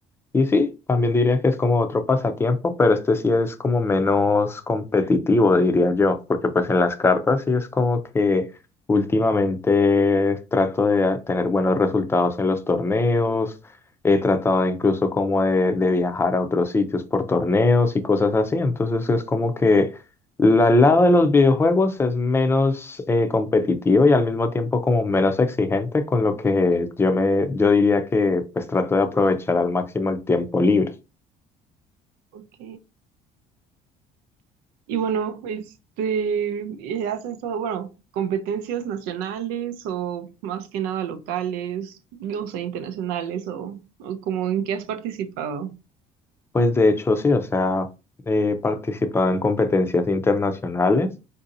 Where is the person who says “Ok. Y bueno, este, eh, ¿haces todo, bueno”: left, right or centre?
Right